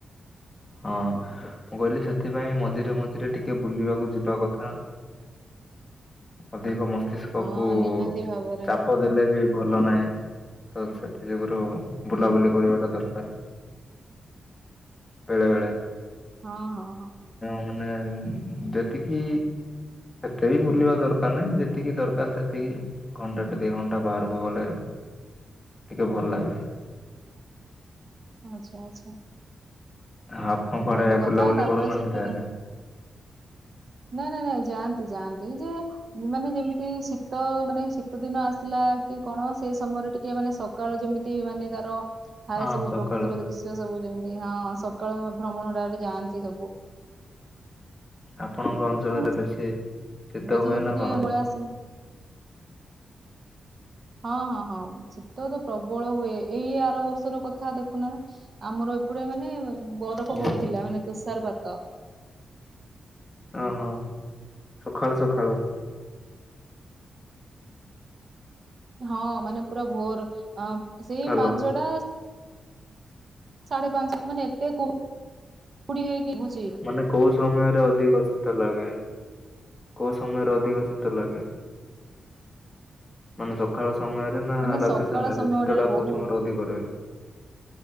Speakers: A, on the left (about 15°); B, on the right (about 40°).
A: ହଁ। ମୁଁ କହିଲି ସେଥିପାଇଁ ମଝିରେ ମଝିରେ ଟିକେ ବୁଲିବାକୁ ଯିବା କଥା। ଅଧିକ ମସ୍ତିଷ୍କକୁ
B: ହଁ ନିହାତି ଭାବରେ
A: ଚାପ ଦେଲେ ବି ଭଲ ନାହିଁ ତ ସେଥିଯୋଗରୁ ବୁଲାବୁଲି କରିବାଟା ଦରକାର। ବେଳେବେଳେ।
B: ହଁ ହଁ ହଁ।
A: ମାନେ ଯେତିକି ଏତେ ବି ବୁଲିବା ଦରକାର ନାହିଁ ଯେତିକି ଦରକାର ସେତିକି ଘଣ୍ଟାଟେ ଦିଘଣ୍ଟା ବାହାରକୁ ଗଲେ ଟିକେ ଭଲଲାଗେ।
B: ଆଚ୍ଛା ଆଚ୍ଛା।
A: ଆପଣଙ୍କ କୁଆଡେ
B: ଭଲ କଥା
A: ବୁଲାବୁଲି
B: ତାପରେ
A: କରୁନାହାନ୍ତି
B: ସେଥିରେ
A: ତାହେଲେ।
B: ନାଇଁ ନାଇଁ ନାଇଁ ଯାଆନ୍ତି ଯାଆନ୍ତି ଯେ ମାନେ ଯେମିତି ଶୀତ ମାନେ ଶୀତ ଦିନ ଆସିଲା ଆ କି କଣ ସେଇ ସମୟରେ ଟିକେ ମାନେ ସକାଳୁ ଯେମିତି ମାନେ ତାର ଥାଏ
A: ହଁ
B: ସବୁ
A: ସକାଳ
B: ପ୍ରକୃତିର ଦୃଶ୍ୟ ସବୁ ଯେମ ଏଇ ହଁ ସକାଳ ଭ୍ରମଣଟା ବୋଲି ଯାଆନ୍ତି ସବୁ।
A: ଆପଣଙ୍କ ଅଞ୍ଚଳରେ
B: ଆଉ ମୁଁ
A: ବେଶୀ ଶୀତ
B: ଏବେ
A: ହୁଏ
B: ଯେହେତୁ
A: ନା
B: ଟିକେ
A: କଣ?
B: ପଳେଇ ଆସିଲି। ହଁ ହଁ ହଁ ଶୀତ ତ ପ୍ରବଳ ହୁଏ ଏଇ ଆର ବର୍ଷର କଥା ଦେଖୁନ ଆମର ଏପଟେ ମାନେ ବରଫ
A: ହୁଁ।
B: ପଡିଥିଲା ମାନେ ତୁଷାରପାତ।
A: ଓହୋ ସଖାଳୁ ସଖାଳୁ।
B: ହଁ ମାନେ ପୁରା ଭୋର ଅଁ ସେଇ
A: ଭଲ
B: ପାଞ୍ଚଟା ସାଢେ ପାଞ୍ଚ ମାନେ ଏତେ କୁହୁଡି ହେଇକି ରହୁଚି
A: ମାନେ କୋଉ ସମୟରେ ଅଧିକ ଶୀତ ଲାଗେ। କୋଉ ସମୟରେ ଅଧିକ ଶୀତ ଲାଗେ ମାନେ ସକାଳ ଚ ସମୟରେ ନା
B: ମାନେ
A: ରାତି
B: ସକାଳ
A: ସମୟରେ
B: ସମୟଟାରେ
A: ଶୀତ ଟା
B: ବହୁତ
A: କୋଉ ସମୟରେ ଅଧିକ ରୁହେ?